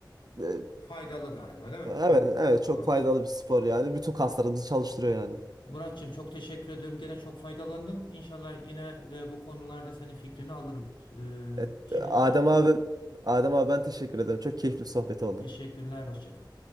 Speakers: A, on the right (about 55°); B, on the left (about 80°).
A: e,
B: Faydalı galiba değil mi?
A: evet
B: Yani,
A: evet çok
B: tamam.
A: faydalı bir spor yani. Bütün kaslarımızı çalıştırıyor yani.
B: Muratçığım çok teşekkür ediyorum. Gene çok faydalandım. İnşallah yine e, bu konularda senin fikrini alırım. E,
A: Evet,
B: şimdilik
A: Adem
B: kaçayım.
A: abi Adem abi ben teşekkür ederim. Çok keyifli bir sohbet oldu.
B: Teşekkürler. Hoşça kal.